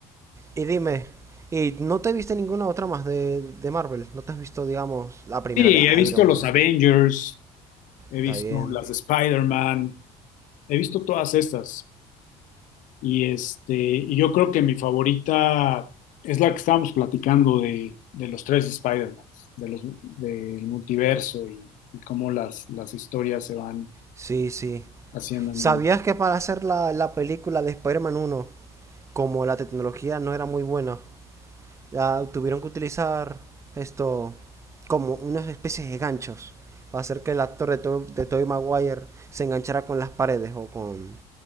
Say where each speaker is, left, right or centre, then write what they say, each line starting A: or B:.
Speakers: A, on the right; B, on the left.
A: Y dime, ¿y no te viste ninguna otra más de, de Marvel? ¿No te has visto, digamos, la primera
B: Sí,
A: de
B: he visto
A: Iron
B: los
A: Man?
B: Avengers, he
A: Está
B: visto
A: bien.
B: las de Spider-Man, he visto todas estas. Y este, y yo creo que mi favorita es la que estábamos platicando de, de los tres Spider-Mans, de los, del multiverso y, y cómo las, las historias se van
A: Sí, sí.
B: haciendo. en
A: ¿Sabías
B: un-
A: que para hacer la, la película de Spider-Man 1, como la tecnología no era muy buena, ya tuvieron que utilizar esto como unas especies de ganchos para hacer que el actor de, To- de Tobey Maguire se enganchara con las paredes o con,